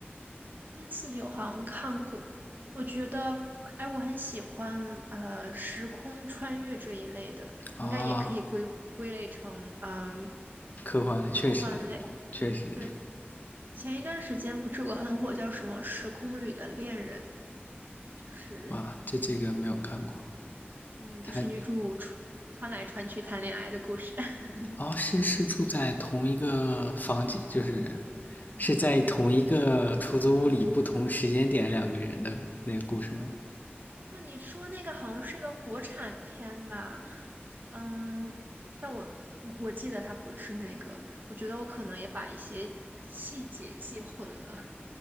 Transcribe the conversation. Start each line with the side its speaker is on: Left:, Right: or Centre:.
Right: 二零四九好像看过，我觉得，哎，我很喜欢呃时空穿越这一类的，
Left: 啊，
Right: 应该也可以归归类成嗯
Left: 科幻类确实
Right: 科幻类。
Left: 确实，
Right: 对。前一段时间不是有个很火叫什么《时空旅的恋人》，就是
Left: 哇，这这个没有看过。
Right: 嗯，
Left: 他
Right: 就是女主穿穿来穿去谈恋爱的故事。<laughs>
Left: 哦，是是住在同一个房间，就是是在同一个出租屋里，不同时间点两个人的那个故事吗？
Right: 不过你说那个好像是个国产片吧？嗯，但我我记得它不是那个，我觉得我可能也把一些细节记混了，